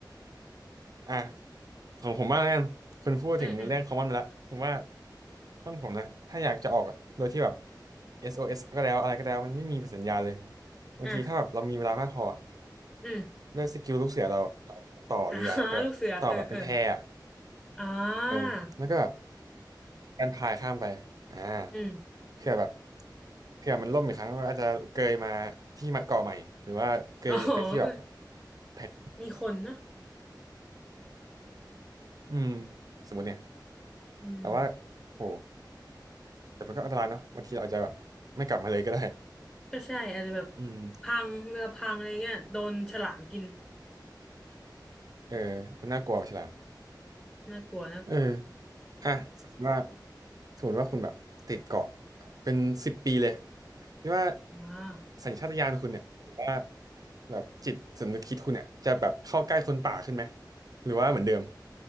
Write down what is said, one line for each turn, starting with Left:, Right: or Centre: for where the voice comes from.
Right: อ่ะของผมบ้างแล้วกันคุณพูดถึงเรื่อง
Centre: อืมอืม
Right: common ไปแล้วผมว่าห้องผมนะถ้าอยากจะออกอ่ะโดยที่แบบ SOS ก็แล้วอะไรก็แล้วมันไม่มีสัญญาณเลยบางทีถ้าแบบเรามีเวลามากพออะ
Centre: อ่ะอืม
Right: ด้วยสกิลลูกเสือเราอะเราต่อเรือก็ได้ต่อแบบเป็นแพอะ
Centre: อ่า <laughs> ลูกเสือเออเอออ่า
Right: เออแล้วก็แบบการพายข้ามไปอ่า
Centre: อืม
Right: เพื่อแบบเพื่อมันล่มอีกครั้งก็อาจจะเกยมาที่เกาะใหม่หรือว่าเกยไปที่แบบ
Centre: <laughs> อ๋อก็
Right: แผ่น
Centre: มีคนนะ
Right: อืมสมมติเนี่ย
Centre: อืม
Right: แต่ว่าโอ้แต่มันก็อันตรายเนาะบางทีเราอาจจะแบบไม่กลับมาเลยก็ได้
Centre: ก็ใช่อาจจะแบบ
Right: อืม
Centre: พังเรือพังอะไรเงี้ยโดนฉลามกิน
Right: เออมันน่ากลัวกว่าฉลาม
Centre: น่ากลัวน่ากลัว
Right: เอออ่ะสมมติว่าสมมติว่าคุณแบบติดเกาะเป็นสิบปีเลยคิดว่า
Centre: อ่า
Right: สัญชาตญาณคุณเนี่ยหรือว่าแบบจิตสำนึกคิดคุณเนี่ยจะแบบเข้าใกล้คนป่าขึ้นไหมหรือว่าเหมือนเดิม